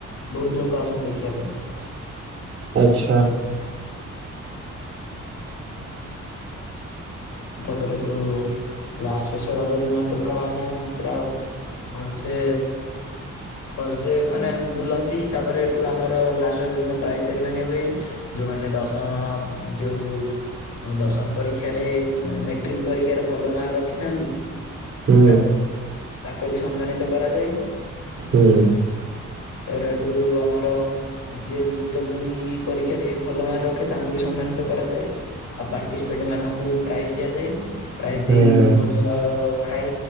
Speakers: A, on the left; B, on the right.
A: ବତ ଲୋକ ଆସନ୍ତି ଦେଖିବା।
B: ଆଚ୍ଛା।
A: ତାପରେ ଏଠୁ ଲାଷ୍ଟ ଶେଷର ଦିନ ଟୋକା ମାନେ ପୁରା ଭଲସେ ଭଲସେ ମାନେ ବୁଲନ୍ତି ତାପରେ ଏଠୁ ଆମର ଲାଷ୍ଟ ପ୍ରାଇଜ ସାରି ମାନେ ହୁଏ ଯେଉମାନେ ଦଶମ ଯେଉଁ ଦଶମ ପରୀକ୍ଷାରେ। ମାେଟ୍ରିକ୍ ପରୀକ୍ଷାରେ ଭଲ ମାର୍କ ରଖିଥାନ୍ତି।
B: ହୁଁ
A: ତା ତା ତା ସମ୍ମାନିତ କରାଯାଏ।
B: ହୁଁ।
A: ତାପରେ ଏଠୁ ଆମର ଯିଏ ଯୁକ୍ତ ଦୁଇ ପରୀକ୍ଷାରେ ଭଲ ମାର୍କ ରଖେ ତାଙ୍କୁ ବି ସମ୍ମାନିତ କରାଯାଏ ଆଉ ପାର୍ଟିସିପେଣ୍ଟ ମାନଙ୍କୁ ବ୍ରାଇଜ୍ ଦିଆଯାଏ। ପ୍ରାୟ ଦେଇ
B: ହୁଁ ହୁଁ
A: ଭୋଜନର ଖାଇ